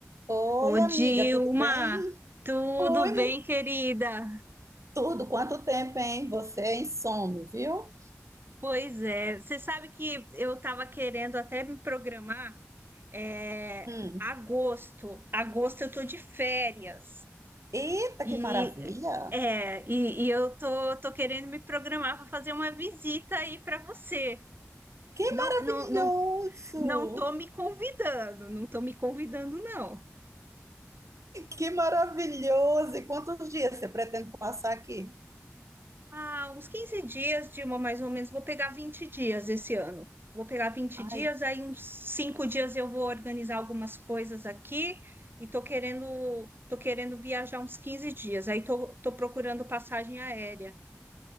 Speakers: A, on the right; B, on the right.
A: Oi,
B: Ô, Dilma,
A: amiga, tudo bem?
B: tudo
A: Oi,
B: bem,
A: mu-
B: querida?
A: tudo. Quanto tempo, hein? Você é insome, viu?
B: Pois é, você sabe que eu estava querendo até me programar, é,
A: Hum.
B: agosto, agosto eu tô de férias
A: Eita,
B: e
A: que maravilha!
B: é, e, e eu tô, tô querendo me programar para fazer uma visita aí para você.
A: Que
B: Não,
A: maravilhoso!
B: não, não, não tô me convidando, não tô me convidando, não.
A: Que maravilhoso! E quantos dias você pretende passar aqui?
B: Ah, uns 15 dias, Dilma, mais ou menos. Vou pegar 20 dias esse ano. Vou pegar vinte
A: Ai,
B: dias, aí uns 5 dias eu vou organizar algumas coisas aqui e tô querendo, tô querendo viajar uns 15 dias. Aí tô, tô procurando passagem aérea.